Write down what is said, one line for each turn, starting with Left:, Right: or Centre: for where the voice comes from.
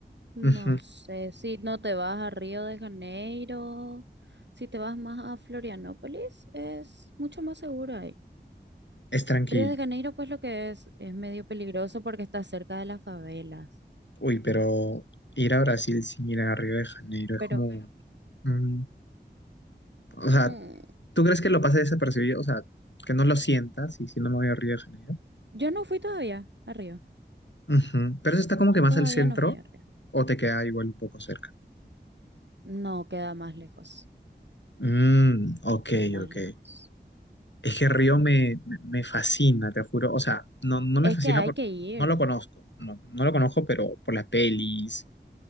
Right: no
Left: ujú,
Right: sé si no te vas a Río de Janeiro, si te vas más a Florianópolis, es mucho más seguro ahí.
Left: es tranquilo.
Right: Río de Janeiro, pues lo que es, es medio peligroso porque está cerca de las favelas.
Left: Uy, pero ir a Brasil sin ir a Río de Janeiro es
Right: Pero
Left: como... mm, o sea,
Right: mm,
Left: ¿tú crees que lo pase desapercibido? O sea, que no lo sientas y si no me voy a Río de Janeiro.
Right: yo no fui todavía a Río.
Left: Ujú, Pero eso está como que
Right: Yo
Left: más
Right: todavía
Left: al centro
Right: no fui a Río.
Left: o te queda igual un poco cerca.
Right: No, queda más lejos.
Left: Mm, ok,
Right: Queda más
Left: ok.
Right: lejos.
Left: Es
Right: Sí.
Left: que Río me, me me fascina, te juro. O sea, no, no me
Right: Es
Left: fascina
Right: que hay
Left: porque
Right: que ir.
Left: no lo conozco. No, no lo conozco, pero por las pelis,